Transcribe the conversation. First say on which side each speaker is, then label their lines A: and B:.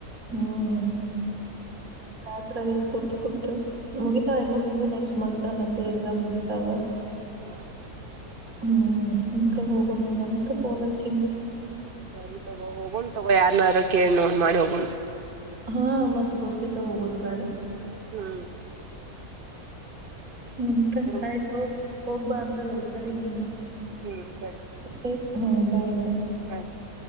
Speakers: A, on the right; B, on the right.
A: ಹ್ಮ- ಬ್ಯಾಸ್ರ ಆಗೈತಿ ಕೂತ್ ಕೂತ್ ಮುಗಿತಾವ ಹೆಂಗೂ ನಿಂದು ನೆಕ್ಸ್ಟ ಮಂತ್ ನಂದು ಎಕ್ಸಾಮ್ ಮುಗಿತಾವ
B: <unintelligible>
A: ಹ್ಮ- ಅದಕ ಹೋಗೋನೆನಂತ ಫೋನ್ ಹಚಿನ್
B: ಸರಿ ತೋಗೋ ಹೋಗೋಣ್ ತೋಗೋ ಯಾರ್ನಾರ ಕೇಳಿ ನೋಡಿ ಮಾಡಿ ಹೋಗೋಣ್
A: ಹಾ ಮತ್ತ ಗೊತ್ತಿಲ್ಲ ಹೋಗೋದು ಬೇಡ
B: ಹ್ಮ
A: ಮತ್ತ - ಆಯ್ತು
B: ಮಾಡ್
A: ಹೋಗ್ಬಾ- ಅಂದ್ರ ಲೈಬ್ರರಿ ನೀನು
B: ಹ್ಮ್ ಸರಿ ಸರಿ
A: ಉಪಯ್ ಹ್ಮ- ಬಾಯ್ ಬಾಯ್
B: ಬಾಯ್